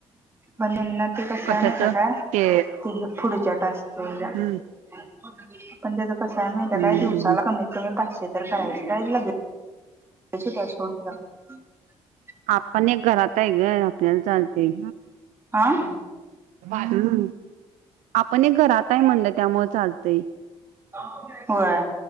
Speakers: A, on the right; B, on the right.
A: बंद <unintelligible> कस
B: कशाच
A: हाय <inaudible> माहितीय काय येत्या
B: ते
A: पुढच्या टास्क <unintelligible>
B: हम्म
A: <inaudible> पण त्याच कसय माहित आहे
B: हम्म
A: काय दिवसाला
B: हम्म
A: कमीत कमी पाचशे तर करायचे काय लगेच कसे पाचशे होतात <inaudible>
B: आपण एक घरात आहे ग आपल्याला चालतय
A: आं
B: हम्म आपण एक घरात <inaudible> आहे म्हणलं त्यामुळ चालतंय
A: <inaudible> होय